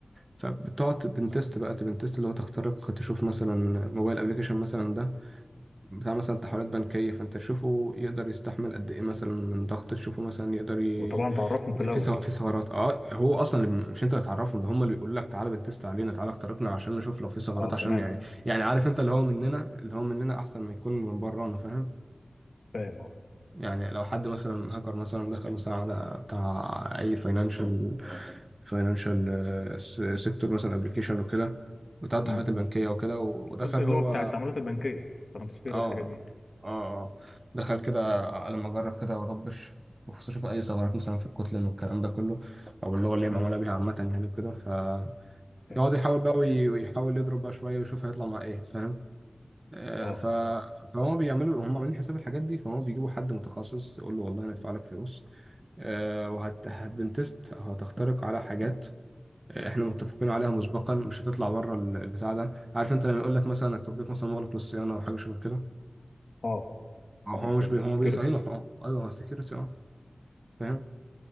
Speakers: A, on the right; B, on the left.
A: فبتقعد تبنتست بقى تبنتست اللي هو تخترق تشوف مثلا موبايل ابلكيشن مثلا ده بتاع مثلا تحويلات بنكية فأنت تشوفه يقدر يستحمل قد إيه مثلا من ضغط تشوفه مثلا يقدر ي...
B: وطبعا تعرفهم في الاول
A: في سو... في ثغرات أه هو أصلا مش أنت اللي تعرفهم ده هم اللي بيقول لك تعالى بتست علينا تعالى اخترقنا عشان نشوف لو في ثغرات
B: اه كمان
A: عشان يعني يعني عارف أنت اللي هو مننا اللي هو مننا أحسن ما يكون من برانا فاهم
B: فاهم اه
A: يعني لو حد مثلا هاكر مثلا دخل مثلا على بتاع أي فاينانشال فاينانشال سيكتور مثلا ابلكيشن وكده بتاع التحويلات
B: امم
A: البنكية وكده ودخل
B: الجزء
A: هو
B: اللي هو بتاع التعاملات البنكيه ترانسفير
A: اه
B: والحاجات دي
A: اه اه دخل كده لما اجرب كده واطبش بخصوص اشوف اي ثغرات مثلا في الكتلة والكلام ده كله او اللي هو اللي هي معموله
B: امم
A: بيها عامه يعني وكده ف
B: فاهم
A: يقعد يحاول بقى وي- ويحاول يضرب بقى شويه ويشوف هيطلع مع ايه فاهم آه،
B: اه
A: ف فهم بيعملوا هم عاملين حساب الحاجات دي فهم بيجيبوا حد متخصص يقول له والله هندفع لك فلوس آه، وهت هتبنتست هتخترق على حاجات آه، احنا متفقين عليها مسبقا مش هتطلع بره ال- البتاع ده عارف انت لما يقول لك مثلا التطبيق مثلا مغلق للصيانه او حاجه شبه كده
B: اه
A: هو
B: فاهم
A: هو
B: الحاجات
A: مش بي...
B: دي
A: هو
B: سكيورتي
A: بيصينه اه ايوه هو سكيورتي اه فاهم